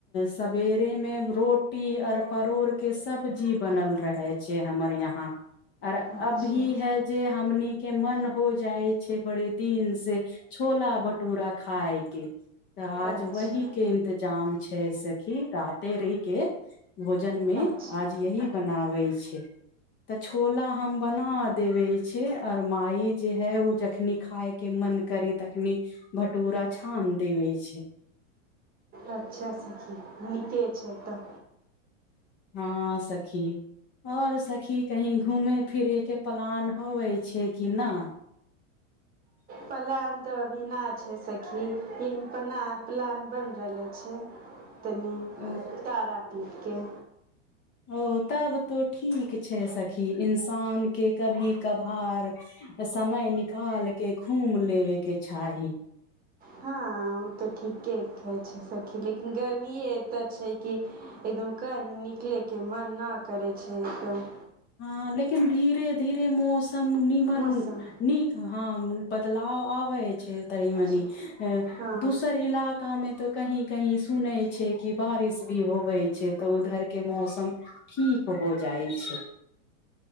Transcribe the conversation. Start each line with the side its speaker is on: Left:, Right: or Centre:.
Left: सबेरे मे रोटी आर परोड़ के सब्जी बनल रहे छै हमर यहाँ आर
Right: अच्छा
Left: अभी है जे हमणी के मन हो जाइ छै बड़े दिन से छोला भटूरा खाय के तऽ आज
Right: अच्छा
Left: वही के त जाम छै सखी राते रहि के भोजन मे
Right: अच्छा
Left: आज यही बनाबे छै तऽ छोला हम बना देबे छै आओर मााय जे है ओ जखनी खायके मन करी तखनी भटूरा छान देबे छै
Right: अच्छा सखी नीके छै तऽ
Left: हँ सखी और सखी कही घूमेय फिरैके प्लान होवै छै कि ना
Right: पलान तऽ अभी ना छै सखी लेकिन पना प्लान बनि रहलै छै तनी
Left: ओ
Right: तारा पिठ के
Left: ओ तब तो ठीक छै सखी इंसानके कभी कभार समय निकाल के घूमि लेबेके चाही
Right: हँ ओ तऽ ठीके कहै छै सखी गर्मि एतऽ छै कि एकदम कही निकलेके मन न करै छै एकदम
Left: हँ लेकिन धीरे धीरे मोस नीमन
Right: मौसम
Left: नीक हॅं बदलाव आबै छै तनी मनी
Right: छै
Left: है
Right: हँ
Left: दूसर इलाका मे तऽ कही कहीं सुनै छै कि बारिश भी होवै छै तऽ उधर के मौसम ठीक हो जाइ छै